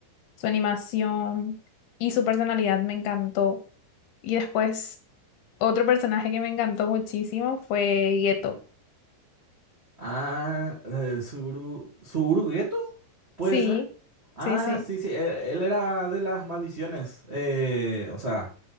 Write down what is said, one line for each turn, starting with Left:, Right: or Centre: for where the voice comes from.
Left: su animación y su personalidad me encantó. Y después, otro personaje que me encantó muchísimo fue Geto.
Right: Ah, eh, Suguru, ¿Suguru Geto? ¿Puede
Left: Sí,
Right: ser? Ah,
Left: sí, sí.
Right: sí, sí, él, él era de las maldiciones. eh, o sea,